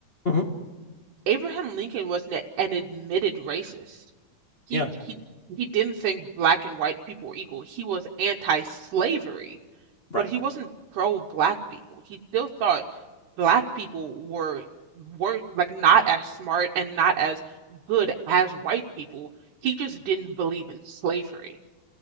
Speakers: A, on the left (about 80°); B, on the right (about 70°).
A: mhm,
B: Abraham Lincoln was an, an admitted racist. He
A: yeah
B: he he didn't think black and white people were equal. He was anti-slavery
A: right
B: but he wasn't pro black people. He still thought black people were were like not as smart and not as good as white people. He just didn't believe in slavery.